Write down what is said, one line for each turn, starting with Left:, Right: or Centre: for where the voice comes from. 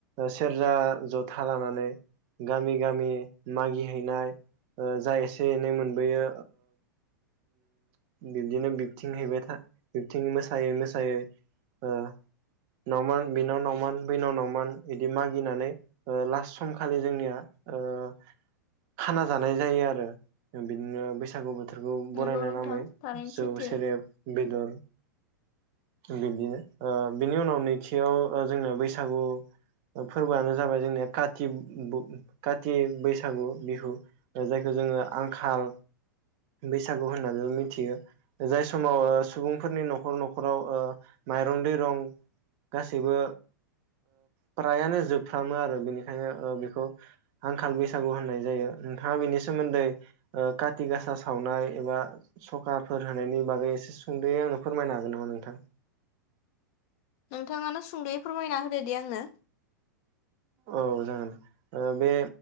Right: सेरजा जथा लानानै गामि गामि मागिहैनाय जा एसे एनै मोनबोयो बिब्दिनो बिबथिं हैबाय था बिबथिं मोसायै मोसायै ओ नावमान बिनाव नावमान बैनाव नावमान बिदि मागिनानै लास्ट सम खालि जोंनिया खाना जानाय जायो आरो बिदिनो बैसागु बो बोथोरखौ बरायनाय
Left: नंगौ नोंथां
Right: नामै
Left: थारैनो
Right: जौ
Left: सैथो
Right: सेरेब बेदर बिब्दिनो बिनि उनाव नैथियाव जोंनिया बैसागु फोरबोआनो जाबाय जोंनिया काति बो काति बैसागु बिहु जायखौ जोङो आंखाल बैसागु होननानैबो मिथियो जाय समाव सुबुंफोरनि नखर नखराव माइरं दैरं गासैबो फ्रायानो जोबफ्रामो आरो बेनिखायनो बेखौ आंखाल बैसागु होननाय जायो नोंथाङा बेनि सोमोन्दै काति गासा सावनाय एबा सखाफोर होनायनि बागै एसे सुंदो आंनो फोरमायनो हागोन नामा नोंथां
Left: नोंथाङानो सुंदयै फोरमायना होदो दे आंनो
Right: औ जागोन बे